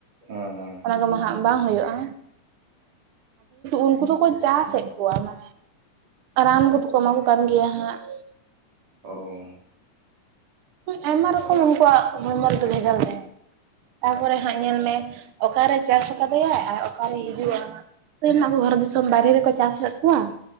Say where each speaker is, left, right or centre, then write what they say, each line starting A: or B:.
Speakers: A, on the right (about 75°); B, on the right (about 90°).
A: ᱦᱮᱸ ᱦᱮᱸ
B: ᱚᱱᱟ ᱦᱟᱸᱜ ᱵᱟᱝ ᱦᱩᱭᱩᱜᱼᱟ ᱩᱱᱠᱩ ᱫᱚᱠᱚ ᱪᱟᱥᱮᱫ ᱠᱚᱣᱟ ᱢᱟᱱᱮ ᱨᱟᱱ ᱠᱚᱫᱚ ᱠᱚ ᱮᱢᱟ ᱠᱚ ᱠᱟᱱ ᱜᱮᱭᱟ ᱦᱟᱸᱜ
A: ᱚ
B: ᱟᱭᱢᱟ ᱨᱚᱠᱚᱢ ᱩᱱᱠᱩᱣᱟᱜ <unintelligible> ᱛᱟᱯᱚᱨᱮ ᱦᱟᱸᱜ ᱧᱮᱞ ᱢᱮ ᱚᱠᱟᱨᱮ ᱪᱟᱥ ᱠᱟᱫᱮᱭᱟ ᱟᱨ ᱚᱠᱟᱨᱮᱭ ᱦᱤᱡᱩᱜᱼᱟ᱾ ᱛᱮᱦᱤᱧ ᱟᱵᱚ ᱵᱷᱚᱨᱥᱛ ᱫᱤᱥᱚᱢ ᱵᱟᱨᱦᱮ ᱨᱮᱠᱚ ᱪᱟᱥ ᱞᱮᱫᱠᱚᱣᱟ